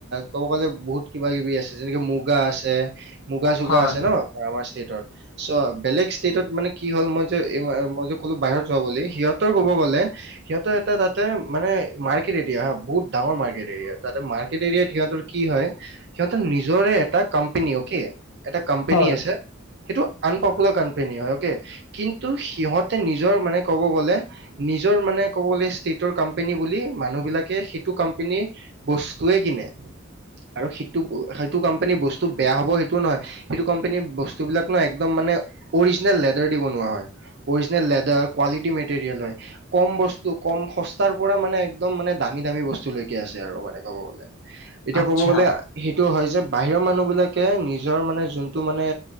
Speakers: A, on the right; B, on the left.
A: ক'ব গ'লে বহুত কিবা-কিবি আছে যেনেকে মুগা আছে মুগা-চুগা
B: হয়
A: আছে ন আমাৰ ষ্টেটৰ চ' বেলেগ ষ্টেটত মানে কি হ'ল মই যে মই যে কলো বাহিৰত যোৱা বুলি সিহঁতৰ কব গলে সিহঁতৰ এটাই তাতে মানে মাৰ্কেট এৰিয়া হা বহুত ডাঙৰ মাৰ্কেট এৰিয়া তাতে মাৰ্কেট এৰিয়াত সিহঁতৰ কি হয় সিহঁতৰ নিজৰে এটা কোম্পেনী অকে এটা কম্পেনী
B: হয়
A: আছে সেইটো আনপপুলাৰ কম্পেনী হয় অকে কিন্তু সিহঁতে নিজৰ মানে কব গলে নিজৰ মানে ক'ব গ'লে ষ্টেটৰ কম্পেনী বুলি মানুহ বিলাকে সেইটো কম্পেনী বস্তুয়ে কিনে আৰু সেইটো সেইটো কম্পেনীৰ বস্তু বেয়া হ'ব সেইটোও নহয় সেইটো কম্পেনীৰ বস্তুবিলাক ন একদম মানে অৰিজিনেল লেডাৰ দি বনোৱা হয় অৰিজিনেল লেদৰ কোৱালিটি মেৰিয়েল হয় কম বস্তু কম, সস্তাৰ পৰা মানে একদম মানে দামী দামী বস্তু লৈকে আছে আৰু মানে কব গলে এতিয়া
B: আচ্ছা
A: কব গলে সেইটো হয় যে বাহিৰৰ মানুহ বিলাকে নিজৰ মানে যোনটো মানে